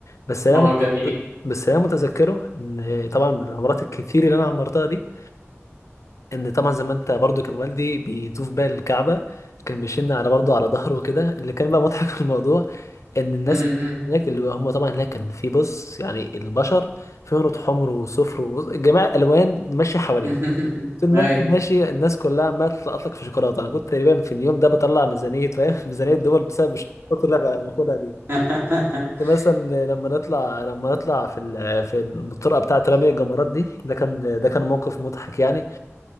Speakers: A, on the left; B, on the right.
A: بس انا
B: اه
A: مت...
B: جميل
A: بس انا متذكره ان طبعا بالعمرات الكتير اللي انا عمرتها دي ان طبعا زي ما انت برضو كان والدي بيطوف بقى الكعبه كان بيشن على برضو على ظهره وكده اللي كان بقى مضحك <laughs> في الموضوع ان الناس
B: امم
A: هناك اللي هم طبعا هناك كان في بص يعني البشر فيهم رود حمر وصفر وجميع الالوان ماشيه حواليه
B: امم
A: طول ما
B: <laughs> اي
A: انت ماشي الناس كلها عماله تلقط لك في شوكولاته انا كنت تقريبا في اليوم ده بطلع ميزانيه فاهم <laughs> ميزانيه الدول بسبب الشوكولاته اللي أنا باخدها دي
B: <laughs>
A: كنت مثلا لما نطلع لما نطلع في ال- في الطرقه بتاعه رمي الجمرات دي ده كان ده كان موقف مضحك يعني